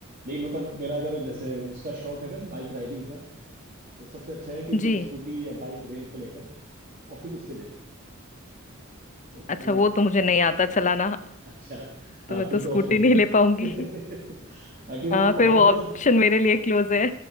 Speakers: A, on the right; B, on the left.
A: लेकिन मतलब मेरा अगर जैसे उसका शौक है अगर बाइक राइडिंग का तो सबसे अच्छा है कि
B: जी
A: कोई स्कूटी या बाइक रेंट पे लेकर और फिर उससे जाए तो वो
B: अच्छा वो तो मुझे नहीं आता चलाना
A: अच्छा हाँ
B: तो मैं
A: फिर
B: तो
A: तो
B: स्कूटी
A: ऑप्शन नहीं
B: नहीं ले पाऊंगी
A: <laughs> आगे वो
B: हाँ
A: पहाड़
B: फिर वो ऑप्शन
A: पे ना
B: मेरे लिए क्लोज है